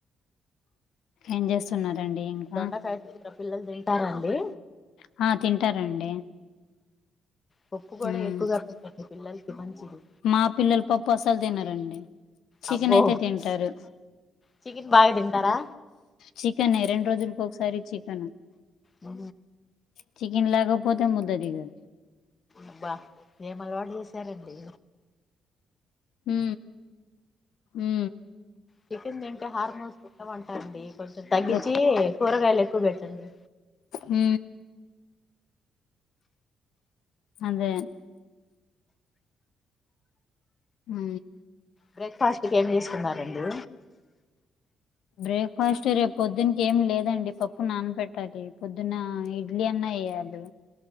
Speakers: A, on the left; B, on the left.
A: ఏం చేస్తున్నారండి ఇంకా
B: దొండకాయ కూర పిల్లలు తింటారాండి
A: హ తింటారండి
B: పప్పు కూడ
A: ఉమ్
B: ఎక్కువగా పెట్టండి పిల్లలకి మంచిది
A: మా పిల్లల్ పప్పు అసలు తినరండి చికెనయితే
B: అబ్బో
A: తింటారు
B: చికెన్ బాగా తింటారా
A: చికనె రెండు రోజులకి ఒకసారి చికెన్
B: ఆ
A: చికెన్ లేకపోతే ముద్ద దిగదు
B: అబ్బ ఏం అలవాటు చేశారండి
A: ఉ ఉ
B: చికన్ తింటే హార్మోన్స్ పుట్టవంటండి కొంచెం తగ్గించి
A: ప్ర
B: కూరగాయలు ఎక్కువ పెట్టండి
A: ఉ అదే ఉ
B: బ్రేక్ఫాస్ట్కి ఏం చేసుకున్నారండి
A: బ్రేక్ఫాస్ట్ రేపు పొద్దున్కి ఏమి లేదండి పప్పు నాన పెట్టాలి పొద్దున్న ఇడ్లీ అన్న ఏయాలి